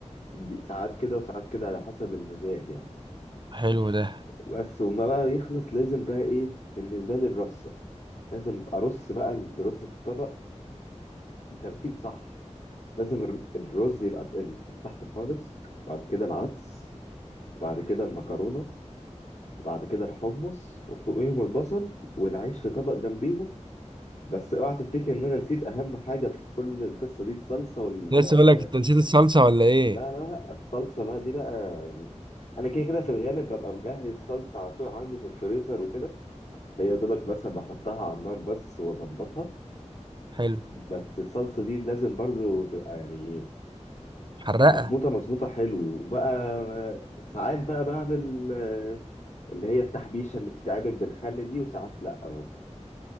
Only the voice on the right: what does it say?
حلو ده
لسه اقول لك انت نسيت الصلصه ولا ايه
حلو
حرقه